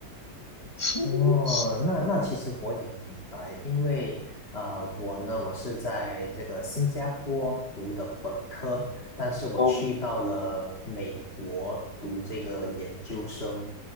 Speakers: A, on the left (about 20°); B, on the left (about 35°).
A: 是是
B: 哦，那那其实我也明白，因为啊，我呢，我是在这个新加坡读的本科，但是我去到了美国读这个研究生，
A: 哦。